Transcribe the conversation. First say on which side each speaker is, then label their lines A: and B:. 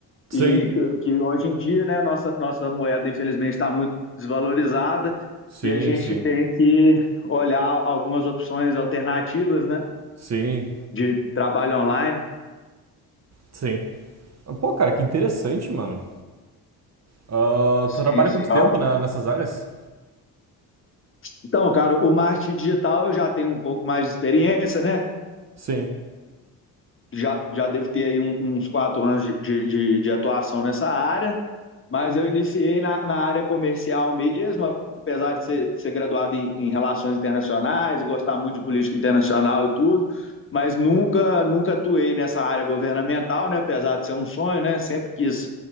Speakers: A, on the right; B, on the left.
A: Sim,
B: e que, que hoje em dia, né, nossa, nossa moeda infelizmente está muito desvalorizada
A: sim,
B: e a gente
A: sim,
B: tem que olhar algumas opções alternativas, né,
A: sim,
B: de trabalho online
A: sim. Pô, cara, que interessante, mano. Ah,
B: Sim,
A: tu trabalha
B: sim.
A: quanto tempo
B: Ah,
A: né, nessas áreas?
B: Então, cara, o marketing digital eu já tenho um pouco mais de experiência, né?
A: Sim,
B: Já, já devo ter aí um- uns quatro anos de, de, de- de atuação nessa área. mas eu iniciei na, na área comercial mesmo, apesar de ser, ser graduado em, em relações internacionais, gostar muito de política internacional e tudo, mas nunca nunca atuei nessa área governamental, né? Apesar de ser um sonho, né? Sempre quis